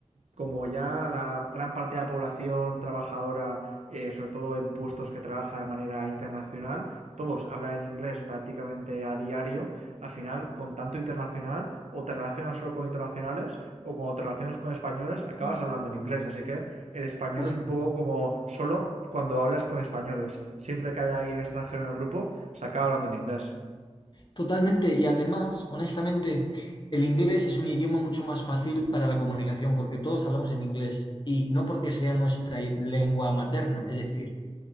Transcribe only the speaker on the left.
sí,
justo.
Totalmente, y además, honestamente, el inglés es un idioma mucho más fácil para la comunicación porque todos hablamos en inglés y no porque sea nuestra i- lengua materna, es decir,